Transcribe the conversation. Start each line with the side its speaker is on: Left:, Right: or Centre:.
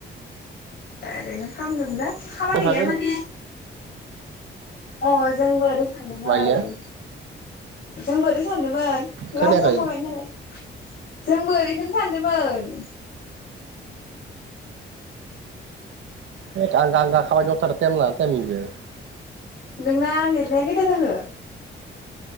Left: ओरैनो खामदोंमोनजां खामानि
Right: थांखागोन
Left: गैया माने अ जोंबो ओरै सानदोमोन।
Right: मायो
Left: जोंबो ओरै सानदोंमोन
Right: खोनायाखै
Left: लास जाखाबाय नालाय जोंबो ओरैखोनो सानदोंमोन।
Right: एग आंगा-आंगा खामानि मावथारो ताइम लाना ताइम इयो
Left: नोंना लिरनाया कोयता जाखो